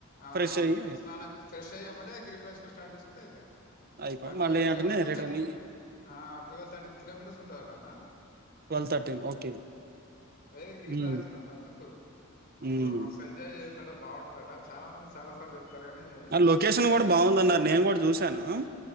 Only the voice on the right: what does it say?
ఫ్రెష్ అయ్యి
అయిపోయి
మళ్ళీ వెంటనే
రిటర్న్
ట్వల్వ్ తర్టీన్ ఓకే
హ్మ్.
హ్మ్.
లొకేషన్
గూడా బావుందన్నారు. నేను గూడా చూసాను. ఆ